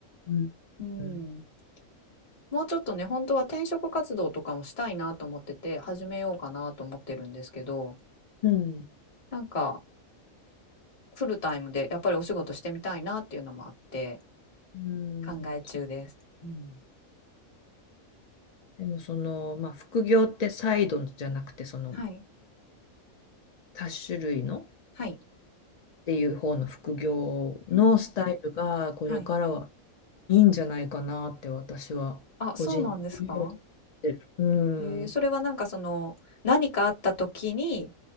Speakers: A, on the left; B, on the left.
A: うん
B: うん。
A: うん
B: もうちょっとね、本当は転職活動とかもしたいなと思ってて、始めようかなと思ってるんですけど、
A: うん
B: なんかフルタイムでやっぱりお仕事してみたいなっていうのもあって、
A: うんそう
B: 考え中です。うん。
A: でもその、まあ、副業ってサイドじゃなくてその
B: はい。
A: 多種類の
B: はい。
A: っていう方の副業のスタイルがこれからは
B: うんうん。はい。
A: いいんじゃないかなって私は個人的には言っ
B: あ、そうなんですか？
A: てる。う
B: ええ、
A: ん。
B: それはなんかその、何かあった時に、